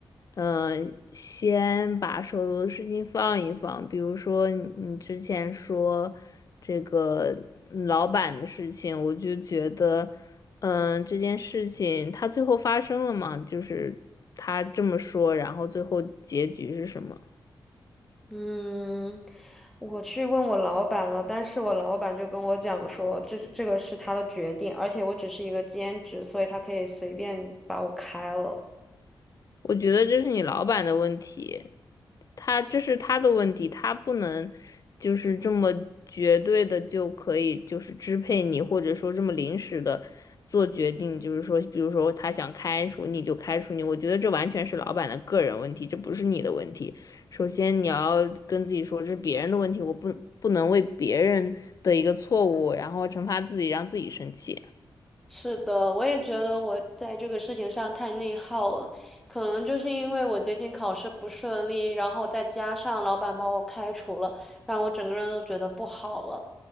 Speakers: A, on the left; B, in the centre.
A: 嗯、先把手头的事情放一放，比如说你你之前说这个嗯老板的事情，我就觉得，嗯、这件事情它最后发生了嘛，就是他这么说，然后最后结局是什么？
B: 嗯，我去问我老板了，但是我老板就跟我讲说，这这个是他的决定，而且我只是一个兼职，所以他可以随便把我开了。
A: 我觉得这是你老板的问题，他这是他的问题，他不能就是这么绝对的就可以就是支配你，或者说这么临时的做决定，就是说，比如说他想开除你就开除你，我觉得这完全是老板的个人问题，这不是你的问题。首先你要跟自己说，这是别人的问题，我不不能为别人的一个错误，然后惩罚自己，让自己生气。
B: 是的，我也觉得我在这个事情上太内耗了，可能就是因为我最近考试不顺利，然后再加上老板把我开除了，让我整个人都觉得不好了。